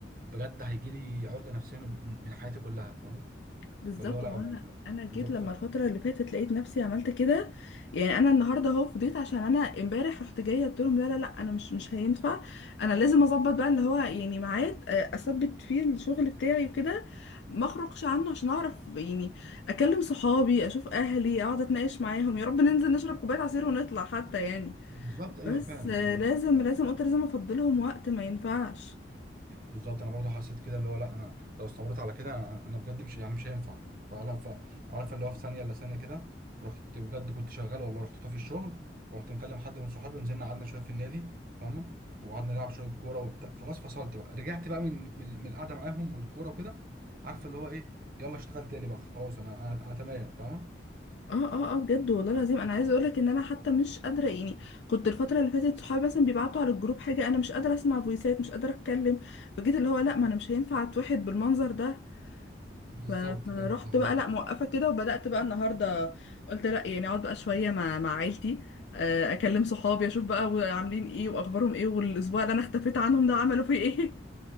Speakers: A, on the right; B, on the left.
A: بجد هيجي لي عقده نفسيه من من من حياتي كلها فاهمه
B: بالظبط
A: فاللي هو لا
B: ما هو
A: ما-
B: انا
A: ما-
B: انا جيت
A: بالظبط
B: لما الفتره اللي فاتت لقيت نفسي عملت كده يعني انا النهارده اهو فضيت عشان انا امبارح رحت جايه قلت لهم لا لا لا انا مش مش هينفع انا لازم اظبط بقى اللي هو يعني ميعاد آه، اثبت فيه الشغل بتاعي وكده ما اخرجش عنه عشان اعرف يعني اكلم صحابي اشوف اهلي اقعد اتناقش معاهم يا رب ننزل نشرب كوبايه عصير ونطلع حتى يعني
A: بالظبط ايوه
B: بس
A: فعلا
B: آه،
A: أنا-
B: لازم لازم قلت لازم افضلهم وقت ما ينفعش
A: بالظبط انا برضه حسيت كده اللي هو لا انا لو استمريت على كده انا أنا بجد مش يعني مش هينفع فلا فعارف اللي هو في ثانيه الا ثانيه كده رحت بجد كنت شغال والله رحت طافي الشغل ورحت مكلم حد من صحابي ونزلنا قعدنا شويه في النادي فاهمه وقعدنا نلعب شويه كوره وبتاع خلاص فصلت بقى رجعت بقى من من من القعده معاهم والكوره وكده عارفه اللي هو ايه يلا اشتغل تاني بقى خلاص انا انا, أنا تمام فاهمه
B: اه اه اه بجد والله العظيم انا عايزه اقولك ان انا حتى مش قادره يعني كنت الفتره اللي فاتت صحابي مثلا بيبعتوا على الجروب حاجه انا مش قادره اسمع فويسات مش قادره اتكلم فجيت اللي هو لا ما انا مش هينفع اتوحد بالمنظر ده
A: بالظبط
B: ف- فرحت
A: فعلا
B: بقى لا موقفه كده وبدات بقى النهارده قلت لا يعني اقعد بقى شويه مع مع عيلتي آه، اكلم صحابي اشوف بقى عاملين ايه واخبارهم ايه والاسبوع اللي انا اختفيت عنهم ده عملوا فيه ايه